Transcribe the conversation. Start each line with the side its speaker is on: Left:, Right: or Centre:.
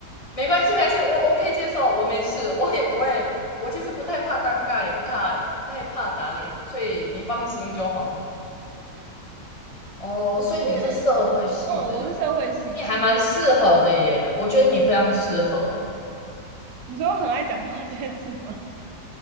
Left: 没关系没关系，我我可以接受，我没事，我也不会，我其实不太怕尴尬，也不太不太怕打脸，所以你放心就好了。哦，
Right: 我是
Left: 所以你是社会系的啊，
Right: 嗯，我是社会系的。
Left: 你还蛮适合的耶，我觉得你非常适合。
Right: 你说我很爱讲话这件事吗？